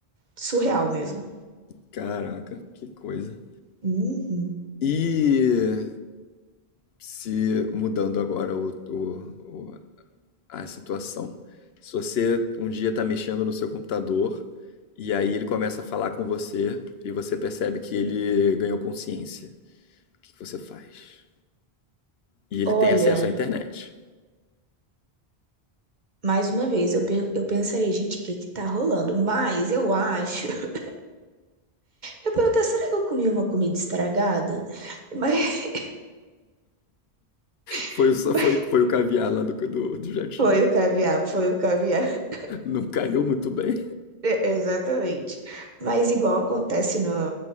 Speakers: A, on the right (about 45°); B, on the left (about 75°).
A: Surreal mesmo.
B: caraca, que coisa.
A: Uhum.
B: E se mudando agora o, o- o- a situação. Se você um dia está mexendo no seu computador e aí ele começa a falar com você e você percebe que ele ganhou consciência, o que que você faz? E ele
A: Olha,
B: tem acesso à internet.
A: mais uma vez, eu, per- eu pensaria, gente, o que que tá rolando? Mas eu acho. <laughs> Eu perguntei, será que eu comi uma comida estragada? Mas,
B: Foi,
A: <laughs>
B: o-
A: mas
B: foi, foi o caviar lá do, do, do jatinho.
A: foi o caviar, foi o caviar. <laughs>
B: Não caiu muito bem.
A: É, Exatamente. Mas igual acontece no,